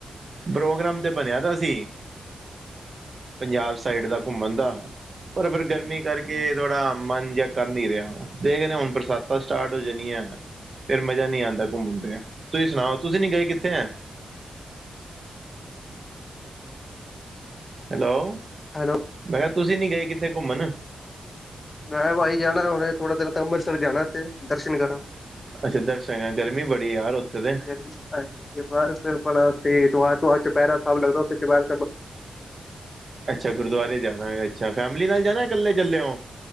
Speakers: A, on the right (about 30°); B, on the left (about 25°).
A: ਪ੍ਰੋਗਰਾਮ ਤੇ ਬਨੇਆ ਪਿਆ ਸੀ। ਪੰਜਾਬ ਸਾਈਡ ਦਾ ਘੁੰਮਨ ਦਾ। ਪਰ ਫਿਰ ਗਰਮੀ ਕਰਕੇ ਥੋੜਾ ਮਨ ਜਾ ਕਰ ਨੀ ਰਿਆ ਦੇਖਦੇ ਆ ਹੁਨ ਬਰ ਬਰਸਾਤਾਂ ਸਟਾਟ ਹੋ ਜਾਨੀ ਐ, ਫੇਰ ਮਜ਼ਾ ਨੀ ਆਂਦਾ ਘੁੰਮਨ ਤੇ, ਤੁਸੀਂ ਸਨਾਓ ਤੁਸੀਂ ਨੀ ਗਏ ਕਿੱਥੇ ਐ ਹੈਲੋ,
B: ਹੈਲੋ,
A: ਮੈਂ ਕਿਆ ਤੁਸੀਂ ਨੀ ਗਏ ਕਿੱਥੇ ਘੁੰਮਨ।
B: ਮੈਂ ਭਾਜੀ ਜਾਨੈ ਹੁਨੇ ਥੋੜਾ ਦਿਨ ਤਕ ਅੰਮ੍ਰਿਤਸਰ ਜਾਨੈ ਓਥੇ ਦਰਸ਼ਨ ਕਰਨ।
A: ਅੱਛਾ ਦਰਸ਼ਨ ਕਰਨ, ਗਰਮੀ ਬੜੀ ਐ ਯਾਰ ਓਥੇ ਤੇ।
B: ਫਰੀ ਸਟੈਲ ਏ। ਤੇ ਬਾਰ ਤੈਨੂੰ ਪਤਾ ਤੇ ਦੁਪੈਰ ਤੋਂ ਬਾਦ ਚੁਪੈਰਾ ਸਾਬ ਲਗਦੈ ਓਥੇ ਚੁਪੈਰਾ
A: ਅੱਛਾ ਗੁਰਦਵਾਰੇ ਜਾਨਾ ਏ ਅੱਛਾ ਫੈਮਲੀ ਨਾਲ ਜਾਨਾ ਜਾਂ ਕੱਲੇ ਚੱਲੇਓਂ।